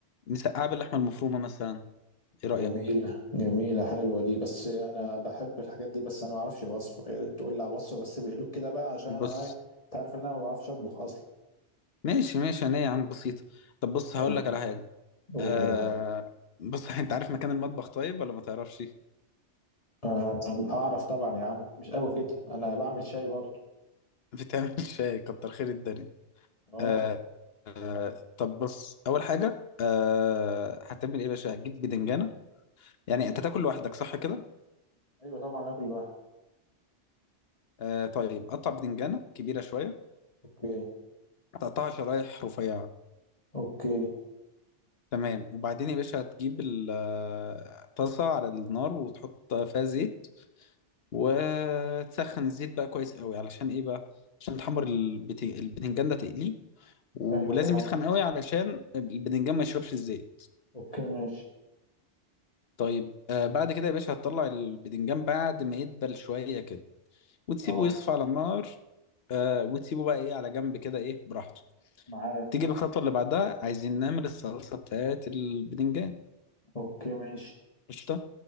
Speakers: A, on the left (about 60°); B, on the left (about 30°).
A: مسقعه باللحمه المفرومه مثلا ايه رايك
B: جميله جميله حلوه دي بس انا بحب الحاجات دي بس انا ما اعرفش الوصفه يا ريت تقول لي على الوصفه بس بهدوء كده بقى عشان
A: بص
B: انا ايه انت عارف ان انا ما بعرفش اطبخ اصلا
A: ماشي ماشي انا يا عم بسيطه طب بص هقول
B: ايوه
A: لك على حاجه
B: قول
A: آه...
B: يا معلم
A: بص <laughs> انت عارف مكان المطبخ طيب ولا ما تعرفش
B: آه، اعرف طبعا يا عم مش قوي كده انا بعمل شاي برضه
A: بتعمل شاي كتر خير الدنيا
B: اه
A: آه آه طب بص اول حاجه آه هتعمل ايه يا باشا هتجيب بدنجانه يعني انت تاكل لوحدك صح كده
B: ايوه طبعا اكل لوحدي
A: آه طيب قطع بدنجانه كبيره شويه
B: اوكي
A: تقطعها شرايح رفيعه
B: اوكي
A: تمام وبعدين يا باشا هتجيب الطاسه على النار وتحط فيها زيت وتسخن الزيت بقى كويس قوي علشان ايه بقى عشان تحمر البت- البتنجان ده تقليه ولازم
B: ايوه تمام
A: يسخن قوي علشان البتنجان ما يشربش الزيت
B: اوكي ماشي
A: طيب آه بعد كده يا باشا هتطلع البتنجان بعد ما يدبل شويه كده وتسيبه
B: اه
A: يصفى على النار آه وتسيبه بقى ايه على جنب كده ايه براحته
B: معاك
A: تيجي الخطوة اللي بعدها عايزين نعمل الصلصة بتاعت البدنجان
B: اوكي ماشي
A: قشطة